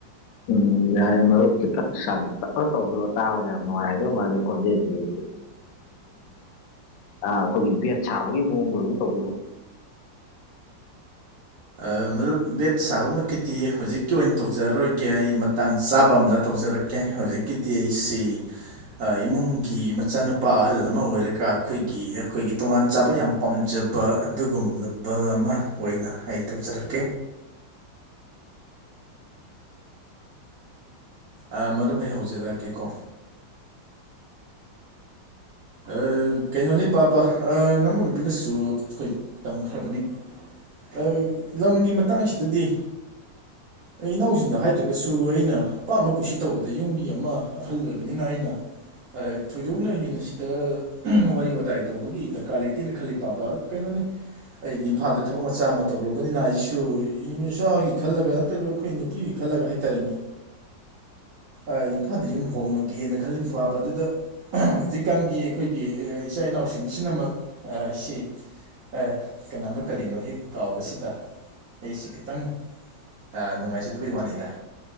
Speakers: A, on the left; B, on the right.
A: ꯎꯝ ꯌꯥꯔꯦ ꯃꯔꯨꯞ ꯈꯤꯇꯪ ꯁꯥꯡ ꯇꯞꯅꯥ ꯇꯧꯕꯤꯑꯣ ꯇꯥꯕꯗ ꯌꯥꯝ ꯅꯨꯡꯥꯏꯗꯧ ꯃꯥꯜꯂꯤ ꯈꯣꯟꯖꯦꯟꯁꯤ <unintelligible> ꯑꯥ ꯑꯩꯈꯣꯏꯒꯤ ꯕꯦꯠ ꯁꯥꯕꯒꯤ ꯃꯑꯣꯡꯗ ꯑꯗꯨ ꯇꯧꯕꯤꯔꯣ
B: ꯑꯥ ꯃꯔꯨꯞ ꯕꯦꯠ ꯁꯥꯕꯃꯛꯀꯤꯗꯤ ꯍꯧꯖꯤꯛꯀꯤ ꯑꯣꯏꯅ ꯇꯧꯖꯔꯔꯣꯏꯒꯦ ꯑꯩ ꯃꯇꯥꯡ ꯆꯥꯕ ꯑꯝꯗ ꯇꯧꯖꯔꯛ ꯀꯦ ꯍꯧꯖꯤꯛꯀꯤꯗꯤ ꯑꯩꯁꯤ ꯑꯥ ꯏꯃꯨꯡꯒꯤ ꯃꯆꯥꯅꯨꯄꯥ ꯑꯍꯜ ꯑꯃ ꯑꯣꯏꯔꯒ ꯑꯩꯈꯣꯏꯒꯤ ꯑꯩꯈꯣꯏꯒꯤ ꯇꯣꯉꯥꯟ ꯆꯥꯕ ꯌꯥꯝ ꯄꯥꯝꯖꯕ ꯑꯗꯨꯒꯨꯝꯂꯕ ꯑꯃ ꯑꯣꯏꯅ ꯑꯩ ꯇꯧꯖꯔꯛꯀꯦ ꯑꯥ ꯃꯔꯨꯞ ꯑꯩ ꯍꯧꯖꯔꯛꯑꯒꯦꯀꯣ ꯑꯥꯏ ꯀꯩꯅꯣꯅꯤ ꯄꯥꯕ ꯑꯥ ꯅꯨꯄꯤꯅꯁꯨ ꯑꯩꯈꯣꯏ ꯇꯝꯈ꯭ꯔꯕꯅꯤ ꯑꯩ ꯂꯝꯒꯤ ꯃꯇꯥꯡꯁꯤꯗꯗꯤ ꯑꯩ ꯏꯅꯥꯎꯁꯤꯡꯗ ꯍꯥꯏꯗ꯭ꯔꯒꯁꯨ ꯑꯩꯅ ꯑꯄꯥꯝꯕ ꯀꯨꯁꯤ ꯇꯧꯕꯗ ꯌꯨꯝꯒꯤ ꯑꯃ ꯑꯍꯜ ꯑꯣꯏꯕꯅꯤꯅ ꯑꯩꯅ ꯑꯥ ꯊꯣꯏꯗꯣꯛꯅ ꯍꯦꯟꯅ ꯗ ꯋꯥꯔꯤ ꯋꯥꯇꯥꯏ ꯇꯧꯕꯒꯤ ꯗꯔꯀꯥꯔ ꯂꯩꯇꯦꯅ ꯈꯜꯂꯤ ꯄꯥꯕ ꯀꯩꯅꯣꯅꯤ ꯑꯩ ꯏꯝꯐꯥꯜꯗ ꯊꯕꯛ ꯃꯆꯥ ꯑꯃ ꯇꯧꯔꯨꯕꯅꯤꯅ ꯑꯩꯁꯨ ꯏꯆꯥꯒꯤ ꯈꯜꯂꯒ ꯅꯠꯇ꯭ꯔꯒ ꯑꯩꯈꯣꯏ ꯅꯨꯞ ꯄꯤꯒꯤ ꯈꯜꯂꯒ ꯍꯥꯏꯇꯥꯔꯦꯝ ꯑꯥ ꯏꯝꯐꯥꯜꯗ ꯌꯨꯝ ꯍꯣꯡꯉꯒꯦꯅ ꯈꯜꯂꯤ ꯄꯥꯕ ꯑꯗꯨꯗ ꯍꯧꯖꯤꯛ ꯀꯥꯡꯒꯤ ꯑꯩꯈꯣꯏꯒꯤ ꯏꯆꯥ ꯏꯅꯥꯎꯁꯤꯡꯁꯤꯅꯃꯛ ꯁꯤ ꯑꯦ ꯀꯅꯥꯅꯣ ꯀꯔꯤꯅꯣ ꯍꯦꯛ ꯀꯥꯎꯕꯁꯤꯗ ꯑꯩꯁꯤ ꯈꯤꯇꯪ ꯑꯥ ꯅꯨꯡꯉꯥꯏꯖꯗꯕꯩ ꯋꯥꯅꯤꯗ